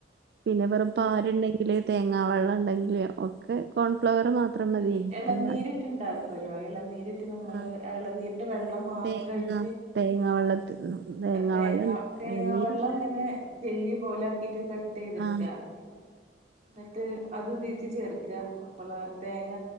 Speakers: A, on the right; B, on the right.
A: പിന്നെ വെറും പാല് ണ്ടെങ്കില് തേങ്ങാവെള്ളം ഉണ്ടെങ്കില് ഒക്കെ കോൺഫ്ലവർ മാത്രം മതി
B: ഈ ഇളനീരറ്റ്
A: അതാക്കി
B: ഇണ്ടാക്കല്ലോ ഇളനീരറ്റ് നമ്മള്
A: ആ
B: ഇളനീര വെള്ളം മാത്രായിട്ട്
A: തേങ്ങ
B: ആഹ്
A: <unintelligible>
B: തേങ്ങ
A: ഉണ്ടല്ലോ
B: തേങ്ങ
A: ഇളനീരല്ല
B: വെള്ളം ഇങ്ങനെ ജെല്ലി പോലാക്കിട്ട് കട്ട് ചെയ്തെടുക്കത്
A: ആ
B: പിന്നെ? എന്നിട്ട് അത്തിക്ക് ചേർക്കുക നമ്മള് തേങ്ങ